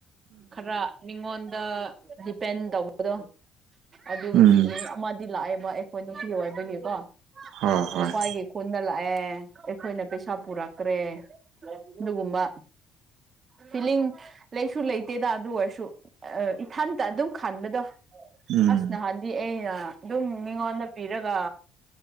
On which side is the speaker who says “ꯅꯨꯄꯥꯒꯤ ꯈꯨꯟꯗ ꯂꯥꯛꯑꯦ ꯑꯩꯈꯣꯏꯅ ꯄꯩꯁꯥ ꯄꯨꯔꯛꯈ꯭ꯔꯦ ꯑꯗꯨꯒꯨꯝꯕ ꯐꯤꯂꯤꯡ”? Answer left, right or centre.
Right